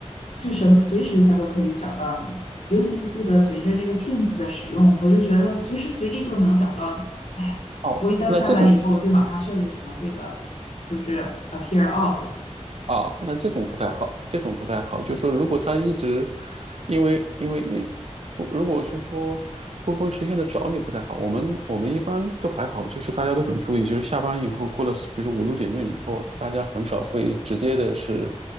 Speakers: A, on the left; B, on the right.
A: 就什么随时他都可以找到你，尤其这个随着这个 Teams 的使用，我就觉得随时随地都能找到你。哎呀，
B: 哦，
A: 我一到下班以后，
B: 那这种。
A: 我就马上设置成这个就是 appear off 了。
B: 啊，那这种不太好，这种不太好。就说如果他一直，因为因为一，不如果就说不分时间的找你不太好。我们我们一般都还好，就是大家都很注意，就是下班以后过了，比如说五六点钟以后，大家很少会直接的是